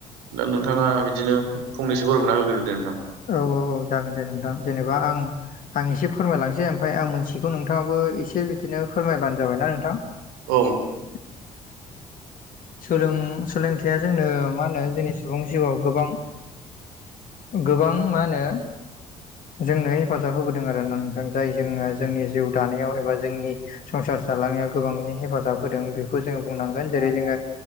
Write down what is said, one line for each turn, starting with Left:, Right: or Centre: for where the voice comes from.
Right: दा नोंथाङा बिदिनो फंनैसो फोरमायना होग्रो दे नोंथां।
Left: औ औ औ जागोन दे नोंथां जेनेबा आं आं एसे फोरमायलांनोसै ओमफ्राय आं मोनथिगौ नोंथाङाबो एसे बिदिनो फोरमायबानो जाबाय ना नोंथां।
Right: औ
Left: <inaudible> सोलों-सोलोंथाइया जोंनो मा होनो जोंनि सुबुं जिउआव गोबां गोबां मा होनो जोंनो हेफाजाब होबोदों आरोना नोंथां जाय जोंङो जोंनि जिउ दानायाव एबा जोंनि संसार जालांनायाव गोबाङैनो हेफाजाब होदों बेखौ जोंङो बुंनांगोन जेरै जोंङो